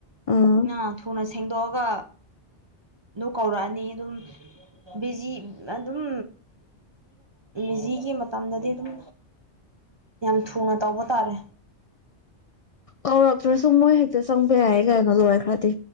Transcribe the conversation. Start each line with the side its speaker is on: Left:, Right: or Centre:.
Left: ꯑꯥ
Right: ꯅ ꯊꯨꯅ ꯁꯦꯡꯗꯣꯛꯑꯒ ꯑꯗꯨ ꯀꯧꯔꯛꯑꯅꯤ ꯑꯗꯨꯝ ꯕꯤꯖꯤ ꯑꯗꯨꯝ ꯕꯤꯖꯤꯒꯤ ꯃꯇꯝꯗꯗꯤ ꯑꯗꯨꯝ ꯌꯥꯝ ꯊꯨꯅ ꯇꯧꯕ ꯇꯥꯔꯦ꯫
Left: ꯀꯧꯔꯥꯛꯇ꯭ꯔ ꯁꯨ ꯃꯣꯏ ꯍꯦꯛꯇ ꯆꯪꯕ ꯌꯥꯏꯌꯦ ꯀꯅꯣ ꯂꯣꯏꯈ꯭ꯔꯗꯤ꯫